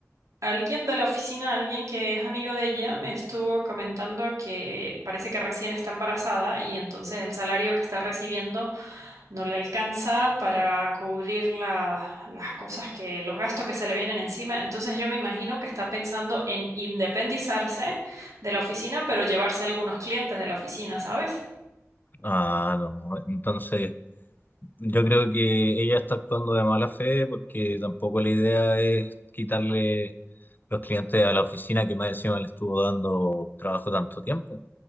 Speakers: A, on the right; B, on the left.
A: alguien de la oficina, alguien que es amigo de ella, me estuvo comentando que parece que recién está embarazada y entonces el salario que está recibiendo no le alcanza para cubrir la- las cosas que, los gastos que se le vienen encima. Entonces yo me imagino que está pensando en independizarse de la oficina, pero llevarse algunos clientes de la oficina, ¿sabes?
B: Ah, no, entonces yo creo que ella está actuando de mala fe porque tampoco la idea es quitarle los clientes a la oficina que más encima le estuvo dando trabajo tanto tiempo.